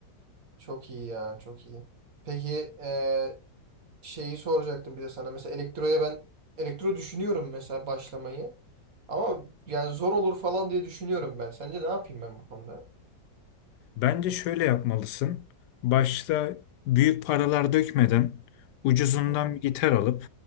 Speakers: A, on the right (about 50°); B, on the left (about 70°).
A: Çok iyi ya. Çok iyi. Peki eee, şeyi soracaktım bir de sana. Mesela elektroya ben elektro düşünüyorum mesela başlamayı. Ama yani zor olur falan diye düşünüyorum ben. Sence ne yapayım ben bu konuda?
B: Bence şöyle yapmalısın. Başta büyük paralar dökmeden ucuzundan
A: Hı hı.
B: bir gitar alıp